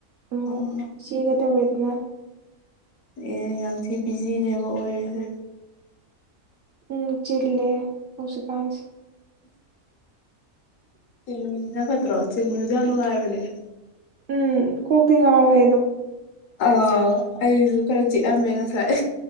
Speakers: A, on the right; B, on the left.
A: ꯑꯃꯨꯛ
B: ꯑꯥ
A: ꯏꯆꯦꯒ ꯇꯧꯔꯦꯗꯅ
B: ꯑꯦ ꯌꯥꯝ ꯊꯤ ꯕꯤꯖꯤꯅꯦꯕ ꯑꯣꯏꯔꯤꯁꯦ
A: ꯎꯝ ꯆꯤꯜꯂꯦ ꯍꯧꯁꯨ ꯀꯥꯏꯁ
B: ꯆꯤꯟꯃꯤꯁꯤꯅ ꯐꯠꯇ꯭ꯔꯣ ꯆꯤꯟꯃꯤꯁꯦ ꯌꯥꯝ ꯅꯨꯡꯉꯥꯏꯕꯅꯦ
A: ꯎꯝ ꯀꯣꯛꯇ ꯉꯥꯎꯋꯦꯗꯣ
B: ꯑꯥ ꯑꯩꯁꯨ ꯈꯔ ꯆꯤꯛꯑꯝꯃꯦ ꯉꯁꯥꯏ